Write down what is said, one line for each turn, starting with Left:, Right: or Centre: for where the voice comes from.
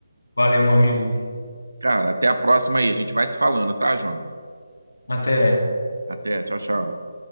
Left: Valeu, meu amigo.
Right: Cara, até a próxima aí, a gente vai se falando, tá, Jônio?
Left: Até.
Right: Até, tchau, tchau.